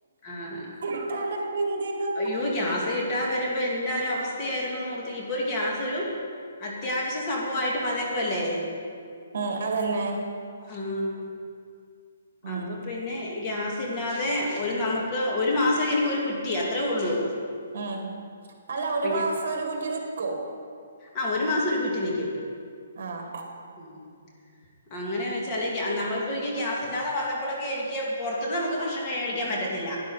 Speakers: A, on the left; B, on the right.
A: ആഹ്
B: ഇപ്പൊ എന്ത് ഇതാ
A: അയ്യോ, ഗ്യാസ് കിട്ടതെ വരുമ്പോ എന്താ ഒരു അവസ്ഥയായിരുന്നു, എന്ന് ഓർത്തു നോക്കിക്കേ? ഇപ്പൊ ഗ്യാസ് ഒരു അത്യാവശ്യ സംഭവയിട്ട് വന്നക്ക ല്ലേ?
B: ഉം, അതന്നെ.
A: ഉം,
B: ഉം
A: അപ്പൊ പിന്നെ, ഗ്യസ് ല്ലാതെ ഒരു നമുക്ക് ഒരു മാസം എനിക് ഒരു കുറ്റി, അത്രയേ ഉള്ളൂ.
B: ഉം, അല്ല
A: അപ്പൊ
B: ഒരു
A: ഞാ
B: മാസം ഒരു കുറ്റി നിക്കോ?
A: ആഹ്, ഒരു മാസം ഒരു കുറ്റി നൽക്കും.
B: ആഹ്
A: ഉം അങ്ങനെയന്ന് വെച്ചാല് നമ്മിപ്പോക്ക് ഗ്യാസ് ഇല്ലാതെ വന്ന പ്പോഴൊക്കെ എനിക്ക് പുറത്തുന്ന്, നമുക്ക് ഭക്ഷണം വെടിക്കാൻ പറ്റ ത്തില്ല,